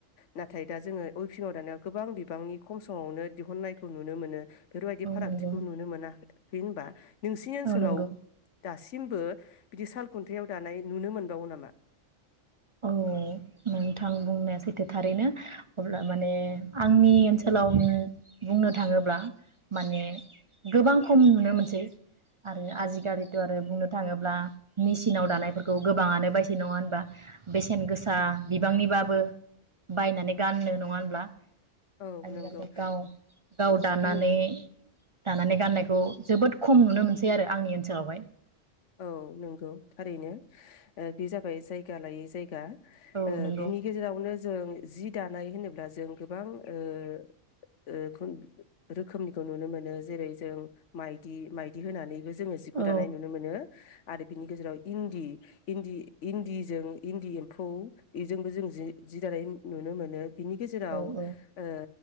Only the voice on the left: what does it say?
नाथाय दा जोङो उइभिंआव दानायाव गोबां बिबांनि खम समावनो दिहुन्नायखौ नुनो मोनो। बेफोरबायदि फारागथिखौ
नुनो मोनाखै। बिबा <unintelligible> नोंसिनि ओनसोलाव
दासिम थिंबो बिदि साल खुन्थाआव दानाय नुनो मोनबावो नामा?
औ
नंगौ
बिनि
औ नंगौ थारैनो बे जाबाय जायगा लायै जायगा।
ओ
बिनि गेजेरावनो जों जि दानाय होनोब्ला जों गोबां ओ-ओ खुन रोखोमनिखौ नुनो मोनो जेरै जों माइदि-माइदि होनानै बे जोङो जिखौ
दानाय नुनो मोनो आरो बिनि गेजेराव इन्दि इन्दि-इन्दिजों इन्दि एम्फौ बेजोंबो जों जि दानाय नुनो मोनो बिनि गेजेराव
ओ